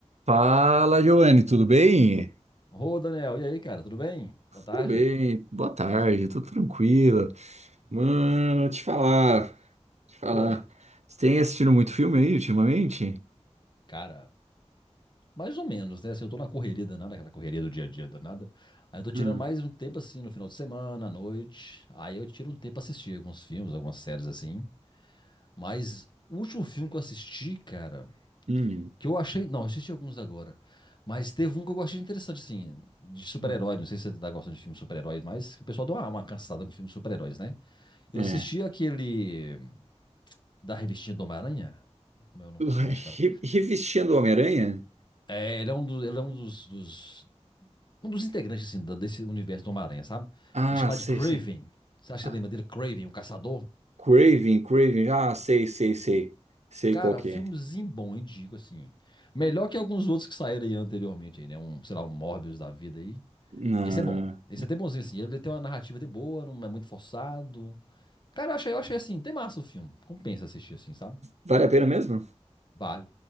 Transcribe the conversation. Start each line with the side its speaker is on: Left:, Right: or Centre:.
Right: Fala, Giovanni, tudo bem?
Left: Ô, Daniel, e aí, cara, tudo bem? Boa tarde.
Right: Tudo bem, boa tarde, tudo tranquilo. Mano, te falar, te falar.
Left: Foi.
Right: Você tem assistido muito filme aí ultimamente?
Left: Cara, mais ou menos, né? Assim, eu tô na correria danada, aquela correria do dia a dia danada. Aí eu tô tirando
Right: Hum,
Left: mais um tempo assim no final de semana, à noite. Aí eu tiro um tempo pra assistir alguns filmes, algumas séries assim. Mas o último filme que eu assisti, cara,
Right: hum,
Left: que eu achei. Não, eu assisti alguns agora. Mas teve um que eu achei interessante, assim, de super-herói.
Right: hum.
Left: Não sei se você tá gostando de filmes de super-heróis, mas que o pessoal deu uma, uma cansada com filmes de super-heróis, né? Eu
Right: É.
Left: assisti aquele. da revistinha do Homem-Aranha. Como é o nome
Right: <laughs>
Left: do personagem, cara?
Right: Re- Revestindo o Homem-Aranha?
Left: É, ele é um, do- ele é um dos, dos- um dos integrantes assim, da- desse universo do Homem-Aranha, sabe? Ele
Right: Ah,
Left: é chamado
Right: sei,
Left: de Craven.
Right: sei.
Left: Você acha
Right: Ah,
Left: que lembra dele? Craven, o caçador?
Right: Craven, Craven, ah, sei, sei, sei. Sei
Left: Cara,
Right: qual que
Left: um filmezinho
Right: é.
Left: bom, indico, assim. Melhor que alguns outros que saíram aí anteriormente, aí, né? Um, sei lá, um Morbius da vida aí.
Right: Ah,
Left: Esse é bom. Esse é até bonzinho, assim. Ele tem uma narrativa até boa, não é muito forçado. Cara, eu achei, eu achei assim, tem massa o filme. Compensa assistir, assim, sabe?
Right: vale a pena mesmo?
Left: Vale.